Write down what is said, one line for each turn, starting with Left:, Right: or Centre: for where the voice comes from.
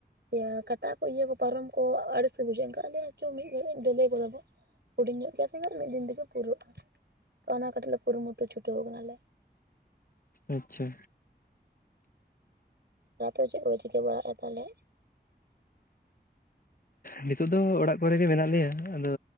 Right: ᱤᱭᱟ. ᱠᱟᱴᱟ ᱠᱚ ᱤᱭᱟᱹ ᱠᱚ ᱯᱟᱨᱚᱢ ᱠᱚ ᱟᱹᱲᱤᱥ ᱜᱮ ᱵᱩᱡᱷᱟᱹᱜᱼᱟ ᱮᱱᱠᱷᱟᱡ ᱟᱞᱮᱭᱟ ᱪᱚ ᱢᱤᱫ ᱜᱷᱟᱹᱲᱤᱡ ᱰᱟᱹᱞᱟᱹᱭ ᱜᱚᱫᱟ ᱵᱚ ᱦᱩᱰᱤᱧ ᱧᱚᱜ ᱜᱮᱭᱟ ᱥᱮ ᱦᱟᱸᱜ ᱢᱤᱫ ᱫᱤᱱ ᱛᱮᱜᱮ ᱯᱩᱨᱟᱹᱜᱼᱟ ᱛᱚ ᱚᱱᱟ ᱠᱟᱹᱴᱤᱡ ᱞᱮ ᱠᱩᱨᱩᱢᱩᱴᱩ ᱪᱷᱩᱴᱟᱹᱣ ᱠᱟᱱᱟᱞᱮ
Left: ᱟᱪᱪᱷᱟ
Right: ᱟᱯᱮ ᱫᱚ ᱪᱮᱫ ᱠᱚ ᱯᱮ ᱪᱤᱠᱟᱹ ᱵᱟᱲᱟᱭᱮᱫ-ᱟ ᱛᱟᱦᱞᱮ?
Left: ᱱᱤᱛᱚᱜ ᱫᱚ ᱚᱲᱟᱜ ᱠᱚᱨᱮ ᱜᱮ ᱢᱮᱱᱟᱜ ᱞᱮᱭᱟ ᱟᱫᱚ